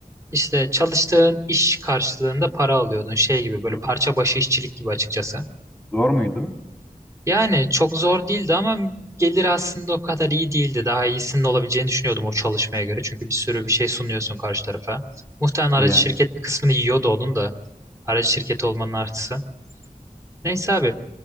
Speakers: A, on the right (about 20°); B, in the centre.
A: işte çalıştığın iş karşılığında para alıyordun. Şey gibi böyle
B: Hı.
A: parça başı işçilik gibi açıkçası.
B: Zor muydu?
A: Yani çok zor değildi ama gelir aslında o kadar iyi değildi. Daha iyisinin olabileceğini düşünüyordum o çalışmaya göre. Çünkü bir sürü bir şey sunuyorsun karşı tarafa. Muhtemelen aracı
B: Yani.
A: şirket bir kısmını yiyordu onun da. Aracı şirketi olmanın artısı. Neyse abi.